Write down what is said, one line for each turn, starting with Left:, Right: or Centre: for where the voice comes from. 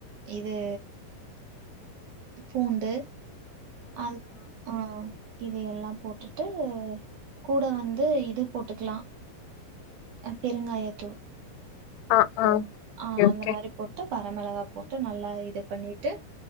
Right: இது பூண்டு அது ஆ இது எல்லா போட்டுட்டு கூட வந்து இது போட்டுக்கலா பெருங்காயத்தூள்
Left: ஆ ஆ ஓகே
Right: ஆ அந்த
Left: ஓகே
Right: மாரி போட்டு வர மிளகா போட்டு நல்லா இது பண்ணிட்டு